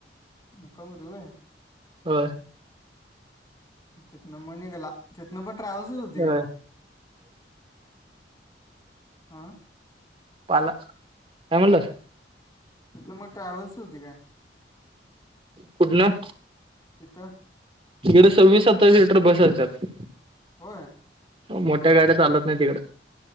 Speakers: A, on the left (about 20°); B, on the right (about 30°).
A: मुं कामं होतं होयं
B: हो
A: तिथंन मंग निघलां तिथंन पणं ट्रॅव्हल्सच होती
B: होय
A: कायं मंग हं
B: पालां कायं म्हणालांस
A: तिथंन मंग ट्रॅव्हल्स होती कां
B: कुंठ लां
A: तिथं
B: इकडे सव्वीस सत्तावीस लिटर बसायच्यांत
A: होयं
B: मोठ्या गाड्यां चालतं नाहीं तिकडं